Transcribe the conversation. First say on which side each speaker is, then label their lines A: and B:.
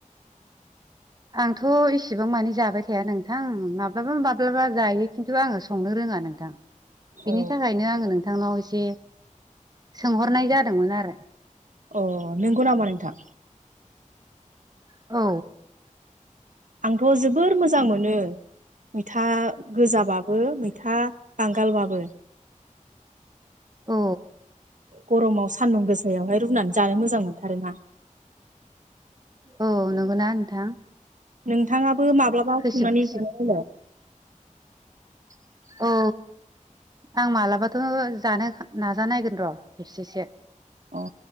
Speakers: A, on the right; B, on the right.
A: आंथ' एसेबां माने जाबाय थाया नोंथां माब्लाबा माब्लाबा जायो खिन्थु आङो संनो रोङ ङा नोंथां। बिनि
B: अ
A: थाखायनो आङो नोंथांनाव एसे सोंहरनाय जादोंमोन आरो।
B: अ नंगौ नामा नोंथां?
A: औ।
B: आंथ' जोबोर मोजां मोनो। मैथा गोजाबाबो मैथा बांगालबाबो।
A: औ।
B: गरमाव सान्दुं गोसायावहाय रुनानै जानो मोजां मोनथारोना। <inaudible>
A: औ नंगौना नोंथां?
B: नोंथाङाबो माब्लाबा
A: खैसिब
B: संनानै
A: खैसिब
B: जानाय नायलाय <inaudible> <inaudible>
A: औ आं मालाबाथ' जानो नाजानायगोन र' खेबसेसो।
B: अ